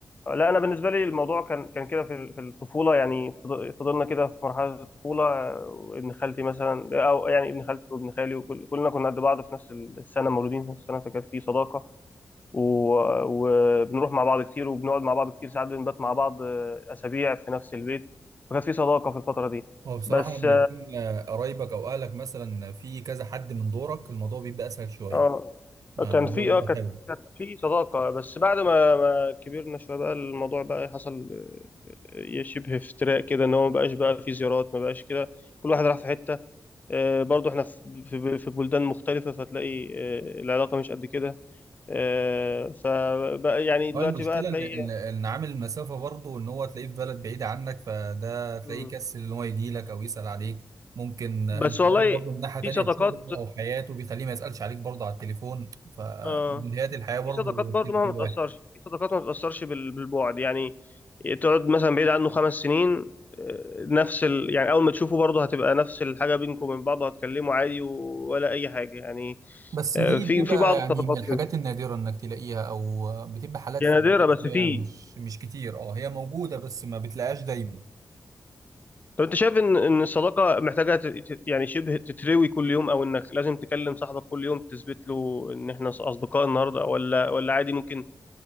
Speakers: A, on the left (about 30°); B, on the right (about 70°).
A: لا انا بالنسبه لي الموضوع كان كان كده في ال- في الطفوله يعني فض- فضلنا كده في مرحله الطفوله آه، ابن خالتي مثلا او يعني ابن خالتي وابن خالي وكل كلنا كنا قد بعض في نفس السنه مولودين في نفس السنه فكانت في صداقه و... وبنروح مع بعض كتير وبنقعد مع بعض كتير ساعات بنبات مع بعض آه، اسابيع في نفس البيت فكانت في صداقه في الفتره دي
B: هو بصراحة
A: بس
B: لما يكون آه، قرايبك أو أهلك مثلا في كذا حد من دورك الموضوع بيبقى أسهل شوية
A: اه
B: يعني
A: آه، كان
B: الموضوع
A: في
B: بيبقى
A: اه كانت
B: حلو
A: كانت في صداقة بس بعد ما ما كبرنا شوية بقى الموضوع بقى حصل آه، شبه افتراء كده ان هو ما بقاش بقى في زيارات ما بقاش كده كل واحد راح في حتة آه، برضو احنا في في- في بلدان مختلفة فتلاقي آه، العلاقة مش قد كده آه، فبقى يعني دلوقتي
B: هو المشكلة
A: بقى تلاقي
B: إن إن إن عامل المسافة برضه إن هو تلاقيه في بلد بعيدة عنك فده تلاقيه
A: مم.
B: كسل إن هو يجي لك أو يسأل عليك ممكن انشغاله
A: بس والله
B: برضه من ناحية تانية
A: في صداقات
B: بشغله أو حياته بيخليه ما يسألش عليك برضه على التليفون فملهيات
A: اه
B: الحياة برضه
A: في صداقات برضو
B: بتلف
A: مهما
B: الواحد
A: تأثرش في صداقات ما بتأثرش بال- بالبعد يعني تقعد مثلا بعيد عنه خمس سنين آه، نفس ال... يعني أول ما تشوفه برضه هتبقى نفس الحاجة بينكم وبين بعض هتكلموا عادي و- ولا أي حاجة يعني
B: بس
A: آه،
B: دي
A: في
B: بتبقى
A: في بعض الصداقات
B: يعني من الحاجات
A: كده
B: النادرة انك تلاقيها او بتبقى حالات
A: يعني
B: فردية
A: نادرة بس
B: شوية
A: في
B: مش مش كتير أه هي موجودة بس ما بتلاقيهاش دايما
A: طب أنت شايف إن إن الصداقة محتاجة ت... ت- يعني شبه تتروي كل يوم أو إنك لازم تكلم صاحبك كل يوم تثبت له إن إحنا أص- أصدقاء النهاردة ولا ولا عادي ممكن